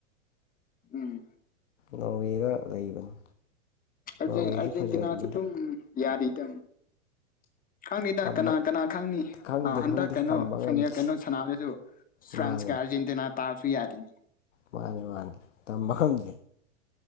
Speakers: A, on the left (about 20°); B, on the left (about 75°).
A: ꯎꯝ
B: ꯅꯧꯔꯤꯒ ꯂꯩꯕꯅꯤ
A: ꯑꯔꯖꯦꯟ
B: ꯅꯣꯔꯋꯦꯁꯨ
A: ꯑꯔꯖꯦꯟꯇꯤꯅꯥꯁꯨ
B: ꯐꯖꯕꯅꯤꯅ
A: ꯇꯝ ꯌꯥꯗ ꯏꯗ ꯈꯪꯅꯤꯗ
B: ꯇꯝꯕ
A: ꯀꯅꯥ ꯀꯅꯥ ꯈꯪꯅꯤ
B: ꯈꯪꯗꯦ
A: ꯑ ꯍꯟꯗꯛ
B: ꯈꯪꯗꯦ
A: ꯀꯩꯅꯣ
B: ꯇꯝꯕ ꯉꯝꯗꯦ
A: ꯐꯅꯦꯛ ꯀꯩꯅꯣ ꯁꯥꯟꯅꯕꯗꯁꯨ ꯐ꯭ꯔꯥꯟꯁ
B: ꯃꯥꯅꯦ
A: ꯀ ꯑꯔꯖꯦꯟꯇꯤꯅꯥ ꯇꯥꯁꯨ ꯌꯥꯔꯔꯤ
B: ꯃꯥꯅꯤ ꯃꯥꯅꯤ ꯊꯃꯥꯡ